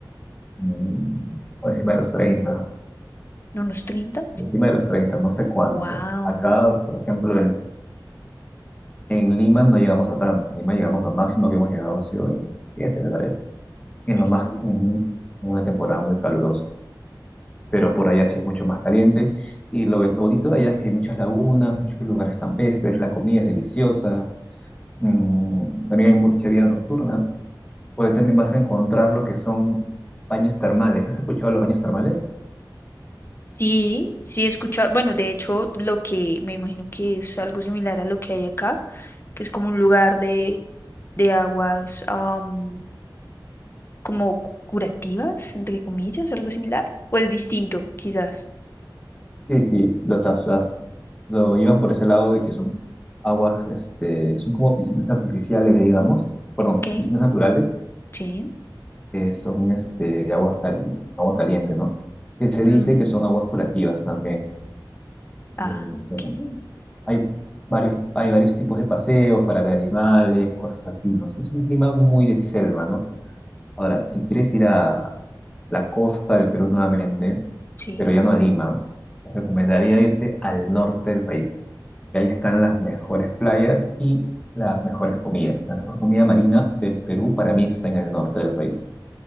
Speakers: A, on the left (about 15°); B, on the left (about 30°).
A: mm, por encima de los 30,
B: ¿Unos treinta.
A: por encima de los 30, no sé cuánto.
B: Wow.
A: Acá, por ejemplo, en, en Lima no llegamos a tanto. En Lima llegamos, lo máximo que hemos llegado ha sido 27, me parece, en,
B: Ujú.
A: lo más, en un- en una temporada muy calurosa. Pero por allá sí es mucho más caliente. Y lo, lo bonito de allá es que hay muchas lagunas, muchos lugares campestres, la comida es deliciosa Mm, también hay mucha vida nocturna, porque también vas a encontrar lo que son baños termales. ¿Has escuchado de los baños termales?
B: Sí, sí he escuchado. Bueno, de hecho, lo que me imagino que es algo similar a lo que hay acá, que es como un lugar de, de aguas am, como cu- curativas, entre comillas, algo similar. O es distinto, quizás.
A: Sí, sí, s- los, las- las- lo llevan por ese lado de que son aguas, este, son como piscinas artificiales, digamos, perdón,
B: Ok,
A: piscinas naturales,
B: sí.
A: que son este, de aguas cal- agua caliente, ¿no? Que se
B: Ujú.
A: dice que son aguas curativas también.
B: Ah,
A: Eh,
B: ok.
A: bueno, hay varios, hay varios tipos de paseos para ver animales, cosas así, ¿no? Es un clima muy de selva, ¿no? Ahora,
B: Ujú.
A: si quieres ir a, la costa del Perú nuevamente,
B: Sí,
A: pero ya no a Lima, te recomendaría irte al norte del país. que ahí están las mejores playas y las mejores comidas. La mejor comida marina del Perú para mí está en el norte del país.